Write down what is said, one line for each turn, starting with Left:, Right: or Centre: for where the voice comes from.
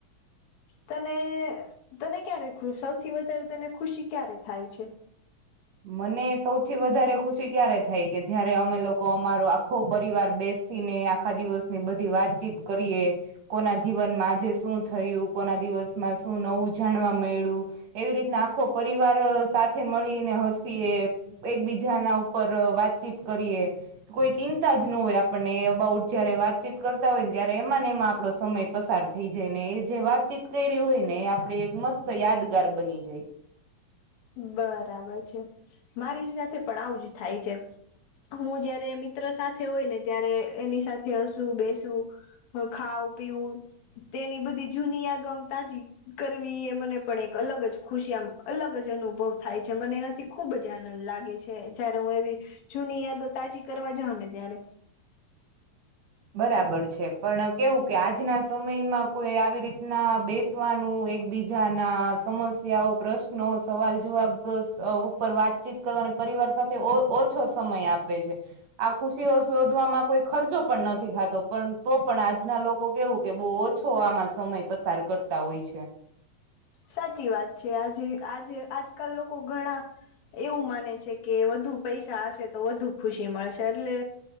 Left: તને તને ક્યારે ખુ સૌથી વધારે તને ખુશી ક્યારે થાય છે.
Right: મને સૌથી વધારે ખુશી ક્યારે થાય કે જયારે અમે લો કો અમારો આખો પરિવાર બેસી ને આખા દિવસ ની બધી વાતચીત કરીએ. કોના જીવનમાં આજે શું થયું કોના દિવસમાં શું નવું જાણવા મયળુ. એવી રીતના આખો પરિવાર સાથે મળીને. સીએ એકબીજા ના ઉપર વાતચીત કરીએ. કોઈ ચિંતા જ હોય આપણને એ અબાઉટ જયારે વાતચીત કરતા ને ત્યારે એમાંને એમાં આપડો સમય. પસાર થઈ જાય ને એ જે વાતચીત કરી હોય ને એ આપે એક મસ્ત યાદગાર બની જાય.
Left: બરાબર છે મારી પણ આવુંજ થાય છે. હું જયારે મિત્ર સાથે હોય ને ત્યારે એની સાથે હસુ બેસુ. પણ ખાઉ પીવું. તેની બધી જૂની યાદો આમ તાજી કરવી એ મને પણ એક અલગ જ ખુશી આમ અલગ. જ અનુભવ થાય છે એનાથી ખુબ જ લાગે છે જયારે હું એવી. જૂની યાદો તાજી કરવા જાવ ને ત્યારે.
Right: બરાબર છે પણ કેવું કે આજના સમયમાં કોઈ આવી રીતના બેસ. નું એકબીજા ના સમસ્યાઓ પ્રશ્નો સવાલ જવાબ. ઉપર વાતચીત કરવાની પરિવાર સાથે ઓછો સમય આપે છે. આ ખુશીઓ શોધવામાં કોઈ ખર્ચો. પણ નથી થતો પણ તો પણ આજના લોકો કેવું કે બહુ ઓછો આમાં સમય પસાર કરતા હોય છે.
Left: સાચી વાત છે આજે આજે આજકાલ લોકો ઘણા. એવું માને છે કે વધુ પૈસા હશે તો વધુ ખુશી મળશે એટલે.